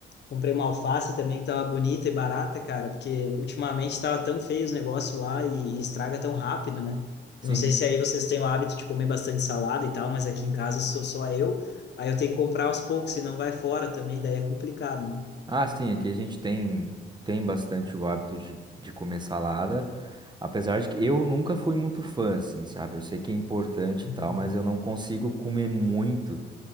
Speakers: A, on the left; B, on the right.
A: Comprei uma alface também que tava bonita e barata, cara, porque ultimamente tava tão feio os negócios lá e, e estraga tão rápido, né?
B: Sim.
A: Eu não sei se aí vocês têm o hábito de comer bastante salada e tal, mas aqui em casa sou só eu, aí eu tenho que comprar aos poucos, senão vai fora também, daí é complicado, né?
B: Ah, sim, aqui a gente tem, tem bastante o hábito de, de comer salada. Apesar de que eu nunca fui muito fã, assim, sabe? Eu sei que é importante e
A: Uhum.
B: tal, mas eu não consigo comer muito.